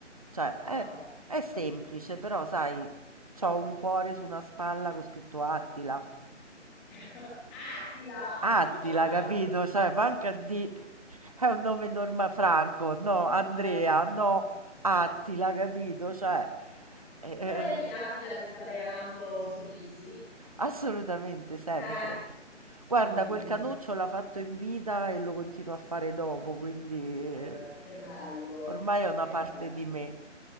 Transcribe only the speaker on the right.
Cioè,
è, è semplice, però sai,
c'ho un cuore su una spalla con scritto Attila.
Attila,
capito? Cioè, manca di... È un nome norma Franco, no,
Andrea, no,
Attila, capito? Cioè, eh,
ehm,
Assolutamente, sempre.
Guarda,
quel
canuccio l'ha fatto in vita e lo continuo a fare dopo, quindi eh,
ormai è una
parte
di me.